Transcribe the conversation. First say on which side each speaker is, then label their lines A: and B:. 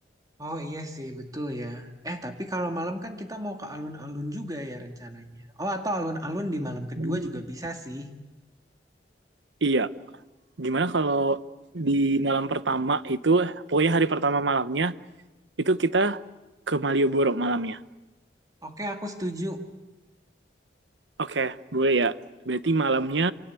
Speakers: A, on the right; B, on the right.
A: Oh iya sih, betul ya. Eh, tapi kalau malam kan kita mau ke alun-alun juga ya rencananya. Oh, atau alun-alun di malam kedua
B: Hmm.
A: juga bisa sih.
B: Iya, gimana kalau di malam pertama itu, pokoknya hari pertama malamnya, itu kita ke Malioboro malamnya.
A: Oke, aku setuju.
B: Oke, boleh ya. Berarti malamnya